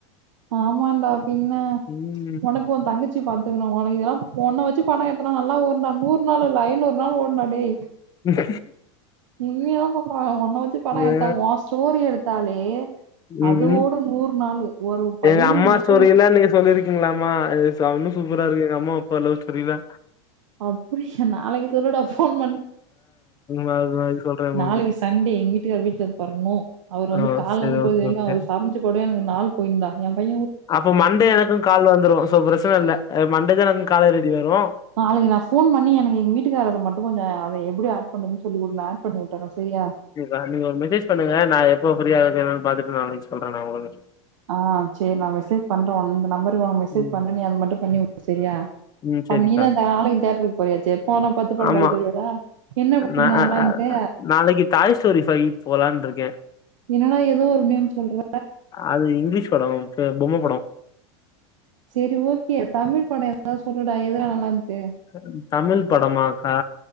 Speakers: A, on the right (about 80°); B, on the left (about 25°).
A: ஆமாடா பின்ன
B: ம்
A: ஒனக்கு ஒ தங்கச்சி பாத்துக்கணு ஒனக்கு இது எல்லா பொண்ண வச்சு பணம் எடுத் துனா நல்லா ஓடுன்டா நூர் நாள் இல்ல ஐநூர் நாள் ஓடுன்டா டேய்
B: உம்
A: உண்மையாதா சொல்ற ஒன்ன வெச்சு படோ எடுத்தா
B: ஆ
A: ஓ ஸ்டோரி எடுத்தாலே அது
B: ம்
A: ஓ போ நூறு நாளு ஒரு பையன்
B: எங்க அம்மா
A: எப்படிலாம்
B: ஸ்டோரி எல்லா நீங்க சொல்லிருக்கீங்ளாமா அ ச இன்னு சூப்பரா இருக்கு எங்க அம்மா அப்பா லவ் ஸ்டோரிலா
A: அப்ரீஸன் நாளைக்கு சொல்லுடா ஃபோன் பண்ணி
B: ஆ சொல்றே உங்களுக்கு
A: நாளைக்கி சண்டே எங்க வீட்டுக்கார் வீட்ல இருப்பாரு நோ அவர் வந்து
B: ஆ
A: கால்லர்ந்து
B: சரி
A: போற
B: ஓகே
A: வரைக்கு
B: ஓகே
A: அவருக் சம்ச்சு போடவே எனக்கு நாள் போயிர்ன்டா எம்பைய
B: அப்ப மண்டே எனக்கு கால் வந்துரு சோ பிரச்சன இல்ல அ மண்டே தா எனக்கு காலர் ஐடி வரு
A: நாளைக்கு நா ஃபோன் பண்ணி எனக் எங் வீட்டுக்காரதுல மட்டு கொஞ்சோ அதுல எப்பிடி ஆட் பண்றதுன் சொல்லி குடு நா ஆட் பண்ணி உட்டர்றே செரியா
B: அ நீங்க ஒரு மெசேஜ் பண்ணுங்க நா எப்போ ஃப்ரீயா இருக்கே என்னன் பாத்துட்டு நாளைக் சொல்றே நா உங்களுக்கு
A: ஆ சேரி நா மெசேஜ் பண்றே உ இந்த நம்பரு உனக் மெசேஜ்
B: ம்
A: பண்றே நீ அது மட்டு பண்ணி உடு செரியா
B: ம்
A: ப
B: சரிக்கா
A: நீதான்டா நாளைக்கு தேட்ருக் போறயாச்சே போனா பத்து படம்
B: ஆமா
A: பாத்துட் வருவியாடா என்ன படோன்டா
B: நா அ
A: நல்லார்ந்து
B: அ நாளைக்கு டாய் ஸ்டோரி ஃபை போலான்ருக்கே
A: என்னடா எதோ ஒரு நேம் சொல்ற
B: அது இங்லீஷ் படோ வந்ட்டு பொம்ம படோ
A: செரி ஓகே தமிழ் படோ எதாத் சொல்லுடா எதுடா நல்லார்ந்த்து
B: அ தமிழ் படமாக்கா